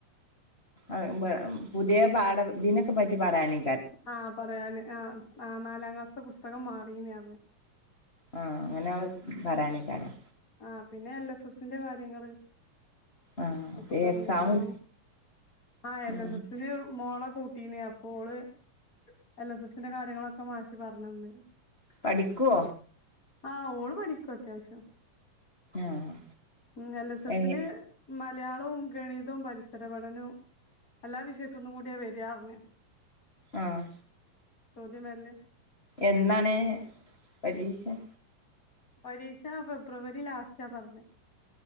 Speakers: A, on the left; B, on the left.
A: ആഅയ് പുത്യേ പാഠം ഇതിനൊക്കെ പറ്റി പറയാനെ
B: ആ പറയാന്. ആ നാ നാലാം ക്ലാസ്ത്തെ പുസ്തകം മാറീനേ ണ്.
A: ആഹ് അങ്ങനെവ് പറയാനേക്കാരം.
B: ആഹ് പിന്നെ എൽ എസ് എസിന്റെ കാര്യങ്ങള്
A: ആഹ്
B: ഒക്കെ പർഞ്
A: എക്സാമും
B: ആ. ആ എൽ
A: ആഹ്
B: എസ് എസില് മോളെ കൂട്ടീന് അപ്പോള് എൽ എസ് എസിന്റെ കാര്യങ്ങളൊക്കെ മാഷ് പറഞ്ഞന്ന്
A: പഠിക്കോ?
B: ആഹ് ഓള്പഠിക്കു അത്യാവശ്യം.
A: ആഹ്
B: മ് എൽ എസ് സെസിന്
A: എങ്ങ
B: മലയാളും ഗണിതും പരിസര പഠനും എല്ലാ വിഷയത്ത്ന്നും കൂട്യ വെരാർഞ്.
A: ആഹ്.
B: ചോദ്യംവെരല്.
A: എന്നണ്.. പരീക്ഷ?
B: പരീക്ഷ ഫെബ്രുവരി ലാസ്റ്റാ പറഞ്ഞെ.